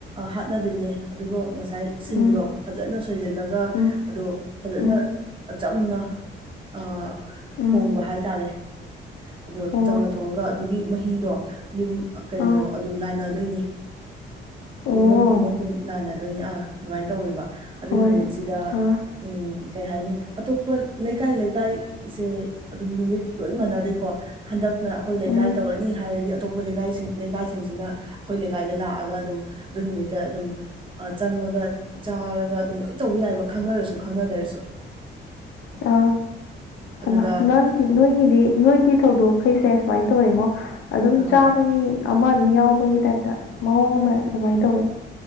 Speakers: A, on the right (about 25°); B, on the left (about 70°).
A: ꯍꯥꯠꯅꯗꯣꯏꯅꯦ ꯑꯗꯨꯒ ꯉꯁꯥꯏ ꯁꯤꯡꯗꯣ
B: ꯎꯝ
A: ꯐꯖꯅ ꯁꯣꯏꯁꯤꯜꯂꯒ
B: ꯎꯝ
A: ꯑꯗꯣ ꯐꯖꯅ
B: ꯎꯝ
A: ꯑꯆꯝꯅ ꯑ ꯊꯣꯡꯕ
B: ꯎꯝ
A: ꯍꯥꯏꯇꯥꯔꯦ ꯑꯗꯣ
B: ꯑꯣ
A: ꯆꯝꯅ ꯊꯣꯡꯉꯒ ꯑꯗꯨꯒꯤ ꯃꯍꯤꯗꯣ ꯌꯨꯝ ꯀꯩꯅꯣ
B: ꯑꯥ
A: ꯑꯗꯨꯝ ꯂꯥꯟꯅꯗꯣꯏꯅꯦ ꯌꯨꯝꯂꯣꯟ
B: ꯑꯣ
A: ꯌꯨꯝꯂꯣꯟ ꯑꯗꯨꯝ ꯂꯥꯟꯅꯗꯣꯏꯅꯦ ꯑꯥ ꯑꯗꯨꯃꯥꯏꯅ ꯇꯧꯋꯦꯕ ꯑꯗꯨꯒꯤ
B: ꯍꯣꯏ
A: ꯅꯨꯃꯤꯠꯁꯤꯗ
B: ꯑꯥ
A: ꯎꯝ ꯀꯩ ꯍꯥꯏꯅꯤ ꯑꯇꯣꯞꯄ ꯂꯩꯀꯥꯏ ꯂꯩꯀꯥꯏꯁꯦ ꯑꯗꯨꯝ ꯅꯨꯃꯤꯠ ꯂꯣꯏ ꯃꯥꯟꯅꯗꯦꯀꯣ ꯍꯟꯗꯛꯅ ꯑꯩꯈꯣꯏ ꯂꯩꯀꯥꯏ
B: ꯎꯝ
A: ꯇꯧꯔꯅꯤ ꯍꯥꯏꯔꯗꯤ ꯑꯇꯣꯞꯄ ꯂꯩꯀꯥꯏꯁꯤꯡ ꯂꯩꯀꯥꯏꯁꯤꯡꯁꯤꯅ ꯑꯩꯈꯣꯏ ꯂꯩꯀꯥꯏꯗ ꯂꯥꯛꯑꯒ ꯑꯗꯨꯝ ꯑꯗꯨ ꯅꯨꯃꯤꯠꯇ ꯑꯗꯨꯝ ꯆꯪꯉꯒ ꯆꯥꯔ ꯒ ꯑꯗꯨꯝ ꯂꯣꯏ ꯇꯧꯕ ꯌꯥꯏꯕ ꯈꯪꯅꯔꯁꯨ ꯈꯪꯅꯗꯔꯁꯨ
B: ꯑ
A: ꯑꯗꯨꯗ
B: ꯍꯩꯃ ꯅꯪ ꯅꯣꯏꯒꯤꯗꯤ ꯅꯣꯏꯒꯤ ꯊꯧꯗꯣꯛꯈꯩꯁꯦ ꯁꯨꯃꯥꯏꯅ ꯇꯧꯋꯤꯉꯣ ꯑꯗꯨꯝ
A: ꯑꯥ
B: ꯆꯥꯕꯒꯤ ꯑꯃ ꯑꯗꯨꯝ ꯌꯥꯎꯕꯒꯤ ꯇꯥꯏꯞꯇ ꯃꯑꯣꯡ ꯑꯃ ꯑꯗꯨꯃꯥꯏꯅ ꯇꯧꯋꯦ